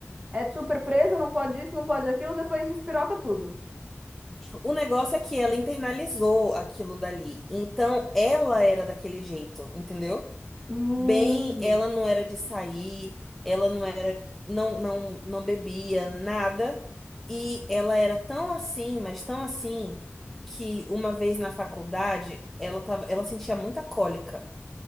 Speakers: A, on the right; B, in the centre.
A: é super presa, não pode isso, não pode aquilo, depois despiroca tudo.
B: o negócio é que ela internalizou aquilo dali. Então, ela era daquele jeito, entendeu?
A: Hum.
B: Bem, ela não era de sair, ela não era, não, não, não bebia nada, e ela era tão assim, mas tão assim, que uma vez na faculdade, ela tava, ela sentia muita cólica.